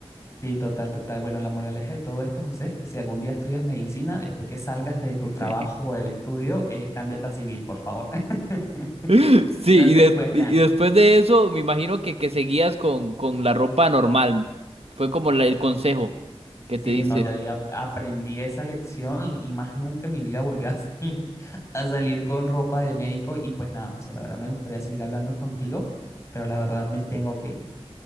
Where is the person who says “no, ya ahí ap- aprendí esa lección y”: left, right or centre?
Left